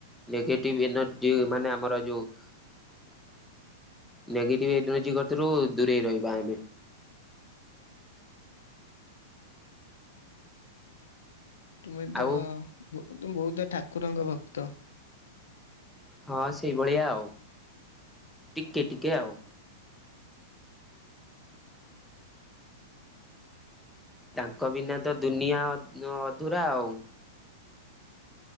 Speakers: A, in the centre; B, on the left.
A: ନେଗେଟିଭ ଏନର୍ଜି ମାନେ ଆମର ଯୋଉ ଉ ନେଗେଟିଭ ଏଇ ଦୁଇଟି ଗତିରୁ ଦୂରେଇ ରହିବା ଆମେ।
B: <inaudible> ତୁମେ ତ
A: ଆଉ
B: ବ ବହୁତ ଠାକୁରଙ୍କ ଭକ୍ତ।
A: ହଁ ସେଇଭଳିଆ ଆଉ ଟିକେ ଟିକେ ଆଉ। ତାଙ୍କ ବିନା ତ ଦୁନିଆ ଅ ଅଧୁରା ଆଉ।